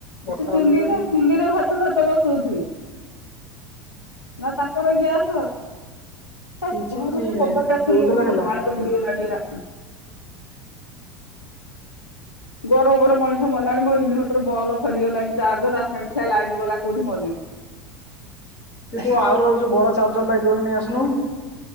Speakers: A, on the left; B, on the left.
A: ବର୍ଷା
B: ସେ ଚୁଲିରେ
A: ହଉଛି ତ ଏଠି
B: ଚୁଲିରେ ଭାତ ଫାତ ବ ସଉଥିବେ। ନା ତାଙ୍କର ଗ୍ୟାସ? ତା
A: କିଛି
B: ଘରରୁ
A: ଠିକ
B: ସେ କବାଟ
A: ନାହିଁ
B: ଟା ଖୋଲି
A: ଯୋଉଟାରେ
B: ଦଉ
A: ହେଲା
B: ମୋ ଝାଳରେ ବୁଡିଗଲାଣି। ହେରା। ଗରମରେ ମଣିଷ ମଲାଣି ମୋ ଇନଭର୍ଟର ବଲ୍ ସରିଗଲାଣି ଚାର୍ଜ <unintelligible> ଖିଆ ଲାଇନି ବାଲା କୋଉଠି ମଲାଣି। <inaudible>
A: ଏଯୋଉ ଆଉର ଯୋଉ ବଡ ଚାର୍ଜର ଲାଇଟି ଗୋଟେ ନେଇ ଆସୁନୁ?